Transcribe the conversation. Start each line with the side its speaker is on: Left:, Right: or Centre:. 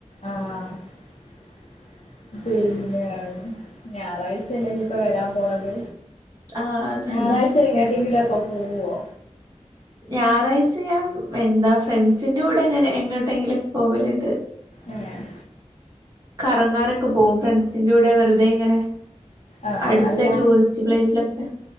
Left: ആഹ് <inaudible> പിന്നെ ഞായറാഴ്ചല്ലേ നിപ്പ വെരാൻ പോണത്
Right: ആഹ് അതന്നെ
Left: ഞാറാഴ്ച എങ്ങെട്ടെങ്കിലൊക്ക പൂവ്വോ
Right: ഞായറാഴ്ച ഞാം എന്താ ഫ്രണ്ട്സിന്റെറെ കൂടെങ്ങനെ എങ്ങോട്ടങ്കിലൊക് പോവല്ണ്ട്
Left: ഏഹ്
Right: കറങ്ങാനൊക്ക പോവും ഫ്രണ്ട്സിന്റെറ കൂടെ വെറുതെ ഇങ്ങനെ
Left: ആഹ്
Right: അടുത്ത
Left: ആഹ് അല്ല
Right: ടൂറിസ്റ്റ് പ്ലേസിലൊക്കെ